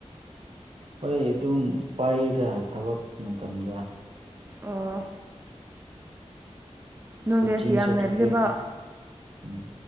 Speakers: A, on the right; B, on the right.
A: ꯍꯣꯏ ꯑꯗꯨꯝ ꯄꯥꯏꯌꯦꯗ ꯊꯕꯛ ꯃꯇꯝꯗ
B: ꯑꯣ ꯅꯣꯂꯦꯖ
A: ꯀꯣꯆꯤꯡ
B: ꯌꯥꯝ
A: ꯁꯥꯔꯇꯤꯐꯤꯀꯦꯠ
B: ꯂꯩꯕꯅꯦꯕ
A: ꯎꯝ